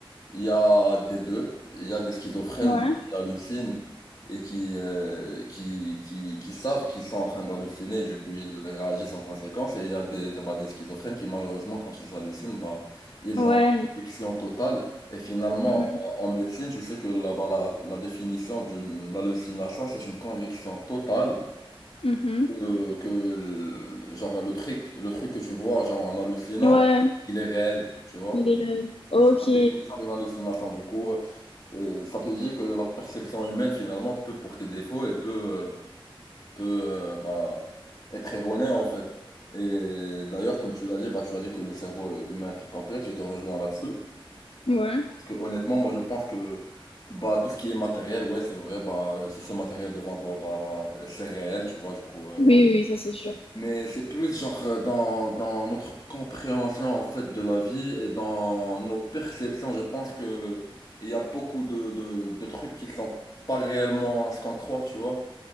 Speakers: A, on the left (about 40°); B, on the left (about 80°).
A: il y a des deux. Il y a des schizophrènes
B: Ouais.
A: bah, qui hallucinent et qui, euh, qui, qui, qui savent qu'ils sont en train d'halluciner. Du coup, ils réagissent en conséquence. Et il y a des, bah, des schizophrènes qui, malheureusement, quand ils hallucinent, bah, ils
B: Ouais.
A: ont une conviction totale. Et finalement,
B: Mhm,
A: en en médecine, je sais que là-bas, la, la définition d'une hallucination, c'est une conviction totale
B: mhm.
A: que, que le- genre le truc le truc que tu vois genre en hallucinant
B: Ouais,
A: il est réel tu vois
B: des règles. Ok.
A: c'est la définition d'une hallucination du coup euh, ça te dit que la perception humaine finalement peut porter défaut et peut euh, peut euh, bah, être erronée en fait et d'ailleurs comme tu l'as dit bah tu as dit que le cerveau humain est très complexe je te rejoins là-dessus
B: Ouais.
A: parce que honnêtement moi je pense que bah tout ce qui est matériel ouais c'est vrai bah si c'est matériel devant toi bah là, c'est réel tu vois du coup euh,
B: Oui, oui, ça c'est sûr.
A: Mais c'est plus genre euh, dans, dans notre compréhension en fait de la vie et dans nos perceptions. Je pense que il y a beaucoup de, de, de trucs qui sont pas réellement ce qu'on croit, tu vois.